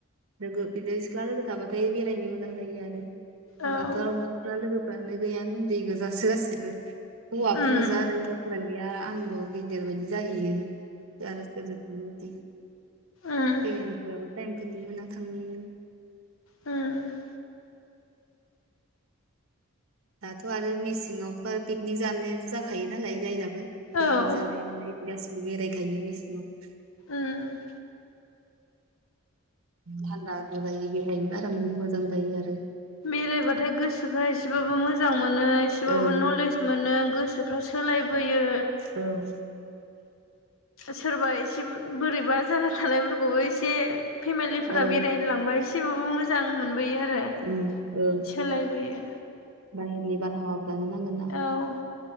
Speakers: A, on the right; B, on the left.
A: लोगो बिदिनो सिख्ला लोगो थाबाथाय बेरायनो मोजां जायो आरो
B: औ
A: जोंहाथ' रावबो लोगोफ्रानो गैयानो उन्दै गोजासो गासिबो हौवाफोर
B: उम
A: गोजा आरो हिनजाव लोगोयानो गैया आंल' गेदेर बायदि जाहैयो आरो सोरजों थाङो बिदि
B: उम
A: जेरैबाबो टाइमखौनो मोना थांनोनो
B: ओम
A: दाथ' आरो मेसेङावथ' आरो पिकनिक जानायाथ' जाखायो नालाय जायनाबो पिकनिक
B: औ
A: जानाय मानाय गासिबो बेरायखायो मेसेंङाव
B: ओम
A: थान्दाबो जायो बेहायनो आराम मोजां जायो आरो
B: बेरायबाथाय गोसोफ्रा एसेबाबो मोजां मोनो एसेबाबो
A: ओं
B: नलेज मोनो गोसो फ्रा सोलायबोयो
A: ओं
B: सोरबा एसे बोरैबा जाना थानायफोरखौबो एसे फेमिलिफोरा
A: ओं
B: बेरायनो लांबा एसेबाबो मोजां मोनबोयो आरो
A: ओम ओं
B: सोलायबोयो
A: बाहेरनि बारहावाबो जानो नांगोन ना
B: औ